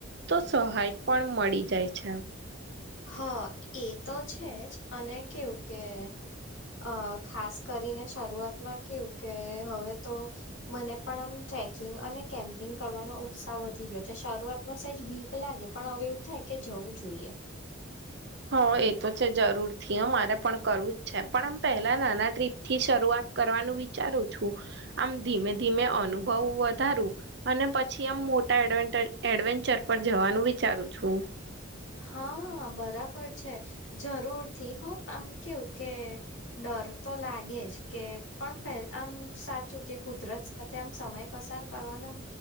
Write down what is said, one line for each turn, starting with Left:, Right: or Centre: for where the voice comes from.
Right: તો સહાય પણ મળી જાય છ
Left: હા, એ તો છે જ અને કેવું કે અ ખાસ કરીને શરૂઆતમાં કેવું કે, હવે તો મને પણ આમ ટ્રેકિંગ અને કેમ્પિંગ કરવાનો ઉત્સાહ વધી ગ્યો છે શરૂઆતમાં સહેજ બીક લાગે પણ હવે એવું થાય કે જવું જો જોઈએ.
Right: હ એ તો છે જરૂર થી અમારે પણ કરવું જ છે પણ આમ પહેલા નાના ટ્રીપ થી શરૂઆત કરવાનું વિચારું છું આમ ધીમે ધીમે અનુભવ વધારું અને પછી આમ મોટા એડવેન્ટર એડવેન્ચર પર જવાનું વિચારું છું.
Left: હા બરાબર છે જરૂર થી હું આમ કેવું કે ડર તો લાગે જ કે આમ પે આમ સાચું કે કુદરત સાથે આમ સમય પસાર કરવાનો આમ